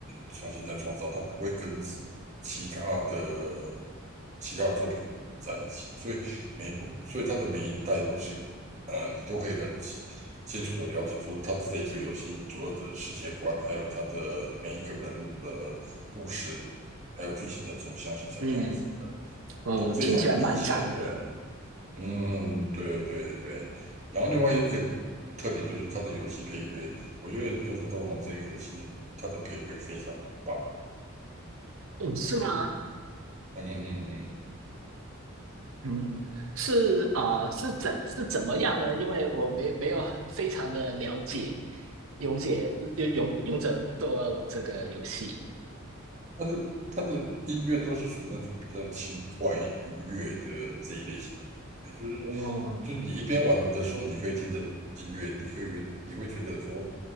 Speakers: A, on the right; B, on the right.
A: 重新再创造，它不会跟其他的其他作品混在一起，所以每一部，所以它的每一代都是，呃，你都可以很清清楚的了解说它这一个游戏主要的世界观，还有它的每一个人物的故事，还有剧情的走向是怎么样子的，
B: 嗯，嗯，
A: 都非常的明显。
B: 听起来蛮赞的。
A: 对，嗯，对对对。然后另外一个特点就是它的游戏配乐，我觉得《勇者斗恶龙》这个游戏它的配乐非常的棒。
B: 嗯，是吗？
A: 嗯嗯嗯。
B: 嗯，是啊，是怎是怎么样呢？因为我没没有非常的了解《勇者勇勇者斗恶龙》这个游戏。
A: 他的他的音乐都是属于那种比较轻快愉悦的这一类型的音乐，就是
B: 哦。
A: 就是你一边玩的时候，你可以听着音乐，你可以你会觉得说